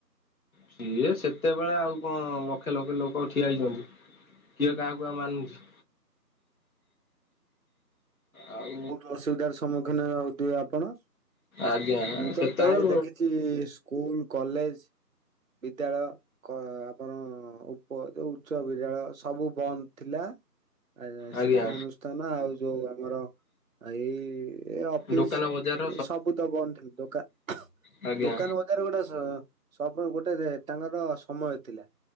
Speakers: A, on the left (about 55°); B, on the right (about 55°).
A: ସିଏ ସେତେବେଳେ ଆଉ କଣ ଲକ୍ଷେ ଲକ୍ଷେ ଲୋକ ଠିଆ ହେଇଛନ୍ତି କିଏ କାହାକୁ ଆଉ ମାନୁଛି? ଆଉ
B: ବହୁତ ଅସୁବିଧାର ସମ୍ମୁଖୀନ ହଉଥିବେ ଆପଣ।
A: ଆଜ୍ଞା
B: ମୁଁ
A: ସେତେବେଳୁ
B: ତ ପ୍ରାୟ ଦେଖିଛି ସ୍କୁଲ କଲେଜ ବିଦ୍ୟାଳୟ ଆପଣ ଉପ ଯୋଉ ଉଚ୍ଚ ବିଦ୍ୟାଳୟ ସବୁ ବନ୍ଦ ଥିଲା। ଆ
A: ଆଜ୍ଞା
B: ଶିକ୍ଷାାନୁଷ୍ଠାନ ଆଉ ଯୋଉ ଆମର ଏଇ ଏ ଅଫିସ
A: ଦୋକାନ ବଜାର
B: ଏ ସବୁ ତ ବନ୍ଦ ଦୋକାନ
A: ଆଜ୍ଞା
B: ଦୋକାନ ଗୋଟେ ସ ଗୋଟେ ଟଙ୍କାର ସମୟ ଥିଲା।